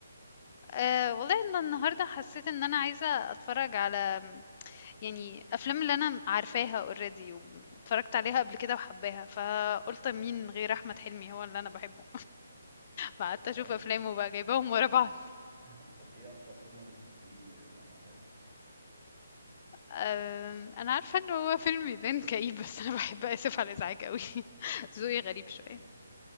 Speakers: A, on the left (about 35°); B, on the right (about 35°).
A: أه والله ان النهارده حسيت ان انا عايزه اتفرج على يعني افلام اللي انا عارفاها اوريدي واتفرجت عليها قبل كده وحباها فقلت مين غير احمد حلمي هو اللي انا بحبه فقعدت
B: طب
A: اشوف
B: حلو
A: افلامه بقى جايباهم ورا بعض
B: <laughs> طب ايه اكتر فيلم بتحبيه لاحمد حلمي
A: أم، انا عارفه ان هو فيلم يبان كئيب بس انا بحب اسف على الازعاج قوي <laughs> ذوقي غريب
B: أوكي.
A: شويه